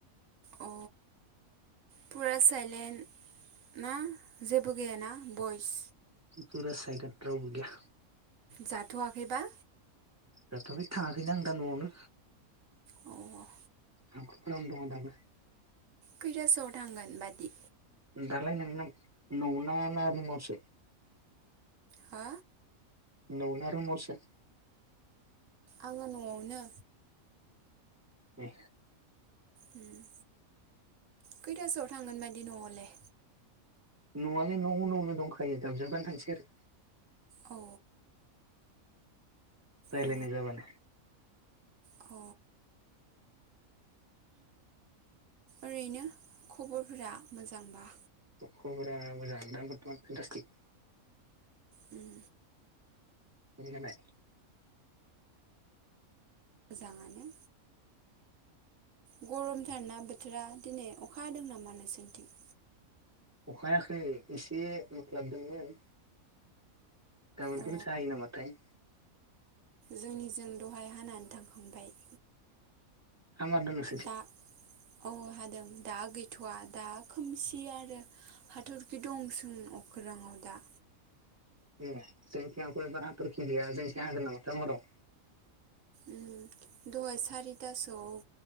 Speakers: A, on the right; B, on the right.
A: अ फुरा साइलेन्ट ना? जेबो गैयाना बइस,
B: फुरा सायलेद रावबो गैया,
A: जाथ'वाखैबा
B: जाथ'वाखै थाङाखैनो आं दा न'आवनो
A: औ
B: हाखरफारावनो दङ दाबो
A: खैथा सोआव थांगोन बादि
B: दालाय नों ना नौ ना रिमनसो
A: हा
B: न' आवना रुमावसो
A: आंङो न'आवनो
B: ए
A: उम खैतासोआव थांगोन बादि न'आवलाय
B: न' आवलाय न'उनावनो दंखायो गाज्रिबाबो थांसै आरो
A: अ
B: रायलायनाय
A: अ
B: जाबानो
A: -अ ओरैनो खबरफोरा मोजांबा
B: ख'बरा मोजाङैनो दङ नोंथां दासा
A: उम
B: नोंथां नालाय
A: मोजां आनो गरम थारना बोथोरा दिनै अखा हादों नामा नोंसोरनिथिं
B: अखायाखै एसे मोस्लाबदोंमोन गाबोनफोरसो
A: अ
B: हायो नामा थाय।
A: जोंनिजों दहाय हानानै थांखांबाय।
B: हामारदो नोंस
A: दा औ हादों दा गैथ'वा दा खोमसि आरो। हाथरखि दंसों अखोराङाव दा।
B: ए जोंनिखै हाखर एबार हाथरखि गैया जोंनिथिं हागोन नामाथाय हराव।
A: ओम दहाय सारितासोआव